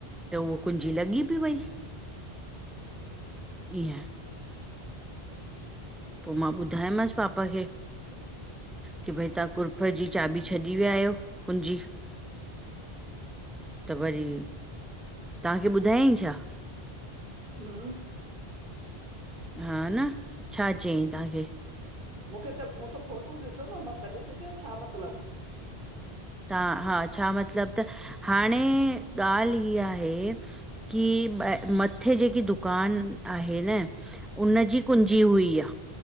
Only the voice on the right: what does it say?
हुं।
मूंखे त मूं त फोटू ॾिठो न मां तॾी त चयो छा मतिलबु,